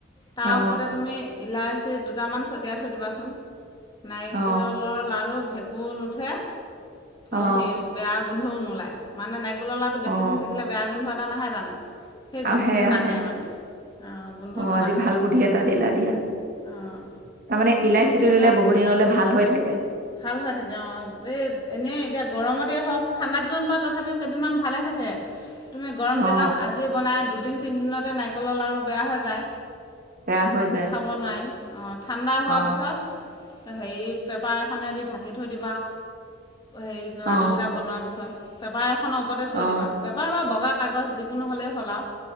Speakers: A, on the left (about 25°); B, on the right (about 50°).
A: তাৰ
B: অ
A: ওপৰতে তুমি ইলাচ। চি দুটামান ছটিয়াই থৈ দিবাচোন। নাই।
B: অ
A: <unintelligible> লৰ লাৰু ভেক। গুৰ নুঠে আৰু
B: অ
A: সেও বেয়া গোন্ধও নোলায়। মানে নাৰি কলৰ লাৰু বেছিদিন
B: অ
A: থাকিলে বয়া গোন্ধ এটা নাহে জানো? সেই গোন্ধটো
B: আহে আহে
A: নাহে মানে অঁ গোন্ধটো
B: অ' আজি
A: নাহে
B: ভাল বুদ্ধি এটা দিলা দিয়া। আৰু
A: অঁ
B: তাৰমানে ইলাচীটো
A: ধুনীয়া
B: দিলে বহুত দিনলে ভাল হৈ থাকে।
A: ভাল হৈ থাকে অঁ এই এনেই এতিয়া গৰমতেই হওঁক ঠাণ্ডাাদিনত বা তথাপিও কেইদিনমান ভালেই থাকে। তুমি গৰম দিনত
B: অ
A: আজি বনাই দুদিন তিনিদিনতে নাৰিকলৰ লাৰু বেয়া হৈ যায়।
B: বেয়া হৈ যায়
A: খাব নোৱাৰি অ'। ঠাণ্ডা হোৱাৰ
B: অ
A: পিছত হেৰি পেপাৰ খনেদি ঢাকি থৈ দিবা। হেৰি লাডুকেইটা
B: অ
A: বনোৱাৰ পিছত। পেপাৰে খনৰ ওপৰতে থৈ
B: অ
A: দিবা। পেপাৰ বা বগা কাগজ যিকোনো হ'লেই হ'ল আও।